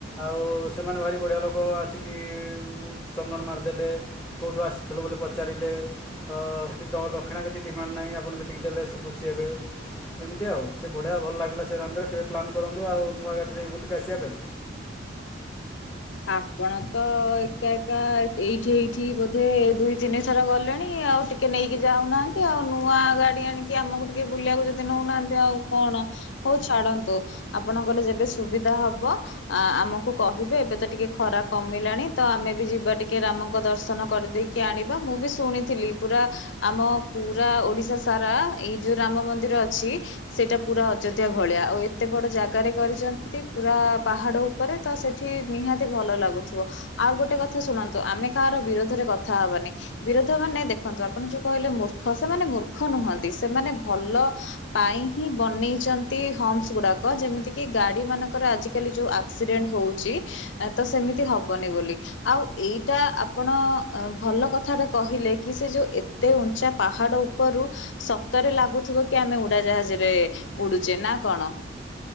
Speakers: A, in the centre; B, on the left.
A: ଆଉ ସେମାନେ ଭାରି ବଢ଼ିଆ ଲୋକ ଆସିକି ଚନ୍ଦନ ମାରିଦେଲେ, କୋଉଠୁ ଆସିଥିଲୁ ବୋଲି ପଚାରିଲେ। ତ ସେଠି ତମ ଦକ୍ଷିଣା କିଛି ଡିମାଣ୍ଡ ନାହିଁ, ଆପଣ ଯେତିକି ଦେଲେ ସେ ଖୁସି ହେବେ। ଏମିତି ଆଉ ସେ ବଢ଼ିଆ ଭଲ ଲାଗିଲା। ସେ ରାଉଣ୍ଡ ରେ କେବେ ପ୍ଲାନ୍ କରନ୍ତୁ, ଆଉ ନୂଆ ଗାଡ଼ି ଯାଇ ବୁଲିକି ଆସିଆ ପାଇଁ।
B: ଆପଣ ତ ଏକା ଏକା ଏଇଠି ଏଇଠି ବୋଧେ ଦୁଇ ତିନି ଥର ଗଲେଣି, ଆଉ ଟି ଟିକେ ନେଇକି ଯାଉନାହାଁନ୍ତି, ଆଉ ନୂଆ ଗାଡ଼ି ଆଣିକି ଆମକୁ ଟିକେ ବୁଲିବାକୁ ଯଦି ନଉନାହାଁନ୍ତି ଆଉ କଣ? ହଉ ଛାଡ଼ନ୍ତୁ ଆପଣଙ୍କର ଯେବେ ସୁବିଧା ହବ ଆମକୁ କହିବେ। ଏବେ ଟିକେ ଖରା କମିଲାଣି, ତ ଆମେ ବି ଯିବା ଟିକେ ରାମଙ୍କ ଦର୍ଶନ କରିଦେଇକି ଆଣିବା। ମୁଁ ବି ଶୁଣିି ଥିଲି ପୁରା ଆମ ପୁରା ଓଡ଼ିଶା ସାରା, ଏଇ ଯୋଉ ରାମ ମନ୍ଦିର ଅଛି ସେଇଟା ପୁରା ଅଯୋଧ୍ୟା ଭଳିଆ ଆଉ ଏତେ ବଡ ଜାଗାରେ କରିଛନ୍ତି ପୁରା ପାହାଡ ପରେ ତ ସେଠି ନିହାତି ଭଲ ଲାଗୁଥିବ ଆଉ ଗୋଟେ କଥା ଶୁଣନ୍ତୁ ଆମେ କାହାର ବିରୋଧରେ କଥା ହବାନି ବିରୋଧ ମାନେ ଦେଖନ୍ତୁ ଆପଣ ଯୋଉ କହିଲେ ମୂର୍ଖ ସେମାନେ ମୂର୍ଖ ନୁହନ୍ତି ସେମାନେ ଭଲ ପାଇଁ ହିଁ ବନେଇଛନ୍ତି ହୋମସ ଗୁଡାକ ଯେମିତି କି ଗାଡି ମାନଙ୍କର ଆଜିକାଲି ଯୋଉ ଆକ୍ସିଡେଣ୍ଟ ହଉଛି ତ ସେମିତି ହବନି ବୋଲି। ଆଉ ଏଇଟା ଆପଣ ଭଲ କଥାରେ କହିଲେ କି ସେ ଯୋଉ ଏତେ ଉଞ୍ଚା ପାହାଡ ଉପ ରୁ ସତରେ ଲାଗୁଥିବ କି ଆମେ ଉଡାଜାହାଜରେ ଉଡୁଛେ ନା କଣ?